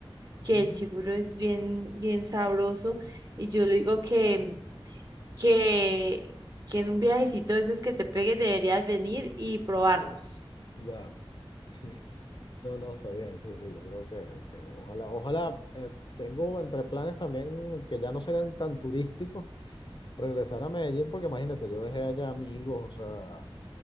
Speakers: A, on the left; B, on the right.
A: Ujú,
B: que el chiguro es bien, bien sabroso. Y yo digo que, mm, que, que en un viajecito de esos que te pegues deberías venir y probarlos.
A: Ya, <laughs> sí. No, no, está bien, sí, sí, yo creo que, que ojalá, ojalá, eh, tengo entre planes también que ya no sean tan turísticos regresar a Medellín porque imagínate, yo dejé allá amigos, o sea,